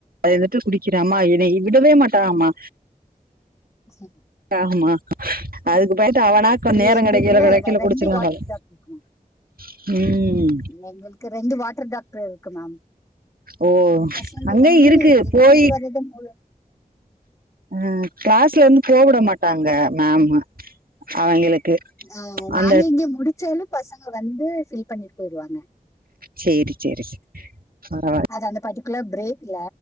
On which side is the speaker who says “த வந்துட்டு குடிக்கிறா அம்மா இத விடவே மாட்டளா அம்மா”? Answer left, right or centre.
Right